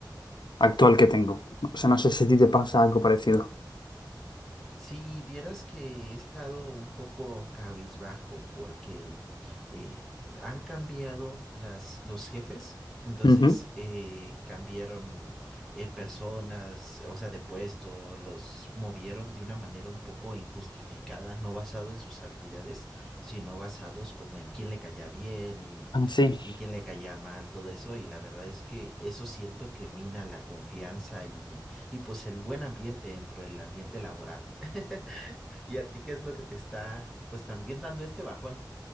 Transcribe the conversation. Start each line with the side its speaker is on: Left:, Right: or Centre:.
Left: actual que tengo. O sea, no sé si a ti te pasa algo parecido.
Centre: Si vieras que he estado un poco cabizbajo porque eh, han cambiado las, los jefes, entonces
Left: Ujú.
Centre: eh, cambiaron eh, personas, o sea, de puesto, los movieron de una manera un poco injustificada, no basado en sus habilidades, sino basados como en quién le caía bien y,
Left: Ah, Sí.
Centre: y quién le caía mal, todo eso, y la verdad es que eso siento que mina la confianza y y pues el buen ambiente dentro del ambiente laboral. <laughs> ¿Y a ti qué es lo que te está pues también dando este bajón?